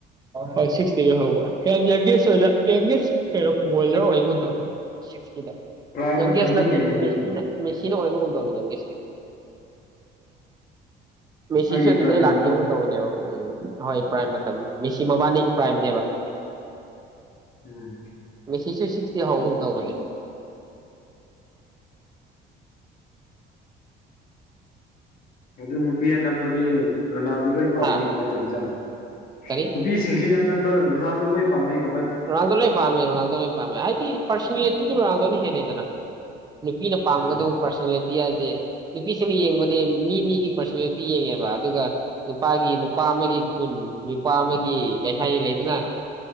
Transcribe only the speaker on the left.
ꯄ꯭ꯔꯥꯏꯝ
ꯃꯇꯝꯅꯤ
ꯀꯩꯅꯣ ꯑꯗꯨꯗꯤ
ꯃꯥꯒꯤ
ꯄ꯭ꯔꯥꯏꯝ
ꯃꯇꯝ
ꯎꯝ꯫
ꯑꯗꯨ ꯅꯨꯄꯤ ꯑꯅꯝꯕꯗꯤ <inaudible> ꯔꯣꯅꯥꯜꯗꯣ ꯂꯣꯏ ꯄꯥꯝꯅꯤ
ꯀꯃꯥꯏꯅ ꯇꯧꯕꯖꯥꯠꯅꯣ
ꯅꯨꯄꯤꯁꯤꯡꯁꯤ ꯌꯥꯝ꯫ ꯔꯣꯅꯥꯜꯗꯣ ꯂꯣꯏ ꯄꯝꯅꯩ ꯫
ꯎꯝ